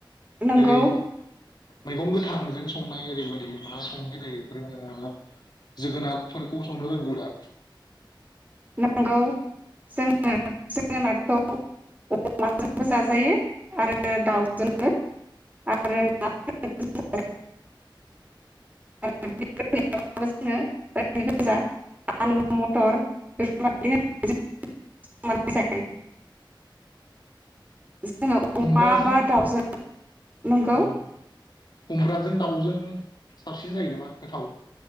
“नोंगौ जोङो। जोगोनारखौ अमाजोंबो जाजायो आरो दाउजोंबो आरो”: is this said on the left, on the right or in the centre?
Right